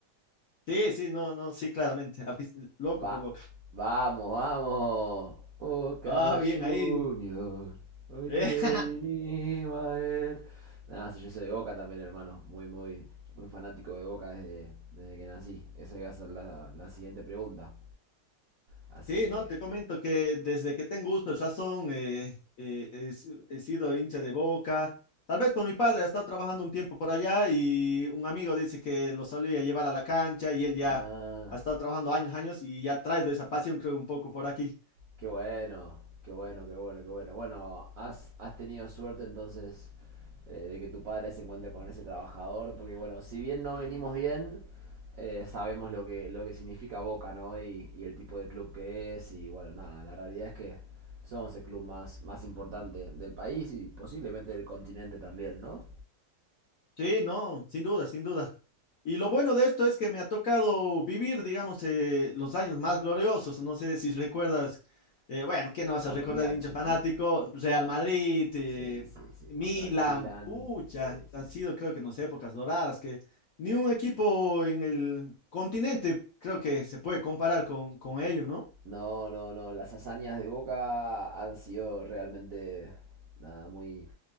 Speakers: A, on the left; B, on the right.
A: Sí, sí, no, no, sí, claramente. <laughs> afic- Loco
B: Va,
A: por Boca.
B: vamos, vamos. Boca
A: Ah, bien,
B: Junior.
A: ahí.
B: Hoy
A: Eh,
B: te
A: <laughs>
B: vinimos a ver. Nada, sí, yo soy de Boca también, hermano. Muy, muy, muy fanático de Boca desde, desde que nací. Esa iba a ser la, la siguiente pregunta. Así
A: sí,
B: que...
A: no, te comento que desde que tengo uso de razón eh, eh, he, si- he sido hincha de Boca. Tal vez por mi padre, ha estado trabajando un tiempo por allá y un amigo dice que lo solía llevar a la cancha y él ya
B: Ah...
A: ha estado trabajando años, años y ya ha traído esa pasión, creo, un poco por aquí.
B: Qué bueno, qué bueno, qué bueno, qué bueno. Bueno, has, has tenido suerte entonces eh, de que tu padre se encuentre con ese trabajador, porque bueno, si bien no venimos bien, eh, sabemos lo que, lo que significa Boca, ¿no? Y, y el tipo de club que es, y bueno, nada, la realidad es que somos el club más, más importante del país y posiblemente del continente también, ¿no?
A: Sí, no, sin duda, sin duda. Y lo bueno de esto es que me ha tocado vivir, digamos, eh, los años más gloriosos. No sé si recuerdas, eh, bueno, ¿qué no vas
B: Carlos
A: a recordar,
B: Bianchi,
A: hincha fanático?
B: ¿no?
A: Real Madrid, eh,
B: Sí, sí, sí.
A: Milan,
B: Contra el Milan,
A: pucha,
B: sí, sí.
A: han sido creo que no sé, épocas doradas, que ni un equipo en el continente creo que se puede comparar con, con ellos, ¿no?
B: No, no, no. Las hazañas de Boca han sido realmente nada, muy,